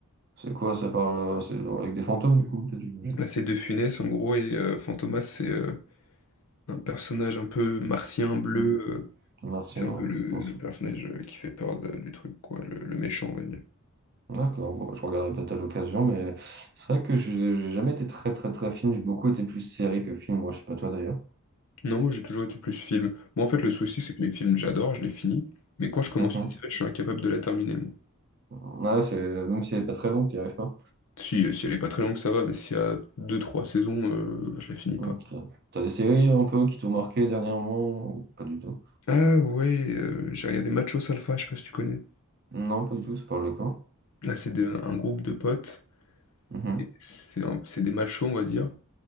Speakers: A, on the right; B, on the left.
A: C'est quoi, ça parle, c'est avec des fantômes, du coup, peut-être, j'imagine.
B: Là, c'est De Funès, en gros, et euh, Fantomas, c'est euh, un personnage un peu martien bleu.
A: Mm.
B: euh.
A: Martien,
B: C'est un peu le,
A: on s'en-
B: le personnage euh, qui fait peur de- du truc, quoi, le, le méchant, on va dire.
A: D'accord, bon, bah, je regarderai peut-être à l'occasion, mais c'est vrai que je j'ai jamais été très, très, très film. J'ai beaucoup été plus série que film, moi, je sais pas toi d'ailleurs.
B: Non, moi j'ai toujours été plus film. Moi en fait, le souci c'est que les films j'adore, je les finis, mais quand je commence
A: Mhm.
B: une série, je suis incapable de la terminer, moi.
A: Ouais, c'est même si elle est pas très longue, tu arrives pas.
B: Si, si elle est pas très longue, ça va, mais s'il y a deux trois saisons, euh, bah, je la finis
A: Ok.
B: pas, quoi.
A: T'as des séries un peu qui t'ont marqué dernièrement ou pas du tout?
B: Ah ouais, euh, j'ai regardé Macho Salfa, je sais pas si tu connais.
A: Non, pas du tout, ça parle de quoi?
B: Là, c'est de- un groupe de potes.
A: Mhm.
B: et C'est un- c'est des machos, on va dire,